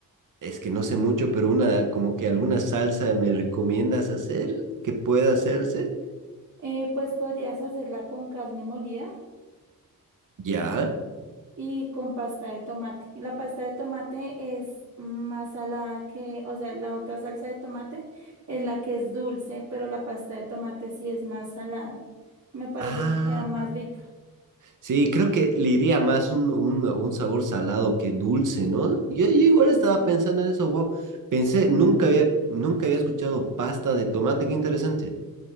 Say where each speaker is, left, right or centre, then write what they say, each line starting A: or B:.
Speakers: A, on the right (about 60°); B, on the right (about 45°).
A: es que no sé mucho, pero una, como que alguna salsa me recomiendas hacer que pueda hacerse.
B: Eh, pues podrías hacerla con carne molida
A: Ya.
B: y con pasta de tomate. Y La pasta de tomate es más salada que, o sea, la otra salsa de tomate es la que es dulce, pero la pasta de tomate sí es más salada. Me parece
A: Ah.
B: que queda más rica.
A: Sí, creo que le iría más un, un- un sabor salado que dulce, ¿no? Yo, yo igual estaba
B: Sí.
A: pensando en eso, wow. Pensé, nunca había, nunca había escuchado pasta de tomate, qué interesante.